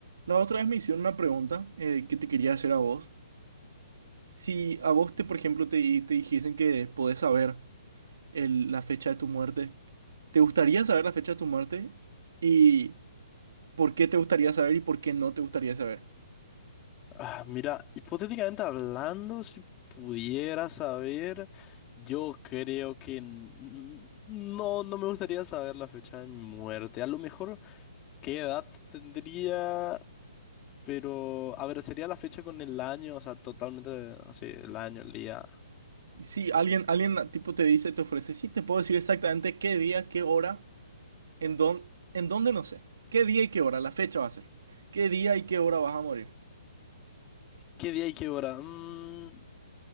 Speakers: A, on the right; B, on the left.
A: La otra vez me hicieron una pregunta eh, que te quería hacer a vos. Si a vos, te, por ejemplo, te, te dijesen que podés saber el- la fecha de tu muerte, ¿te gustaría saber la fecha de tu muerte? ¿Y por qué te gustaría saber y por qué no te gustaría saber?
B: Ah, mira, hipotéticamente hablando, si pudiera saber, yo creo que n- n- no, no me gustaría saber la fecha de mi muerte. A lo mejor qué edad tendría, pero a ver, sería la fecha con el año, o sea, totalmente así, el año, el día.
A: Si alguien, alguien ah, tipo te dice, te ofrece, sí, te puedo decir exactamente qué día, qué hora, en dónde, en dónde no sé. ¿Qué día y qué hora? La fecha va a ser. ¿Qué día y qué hora vas a morir?
B: ¿Qué día y qué hora? Mm,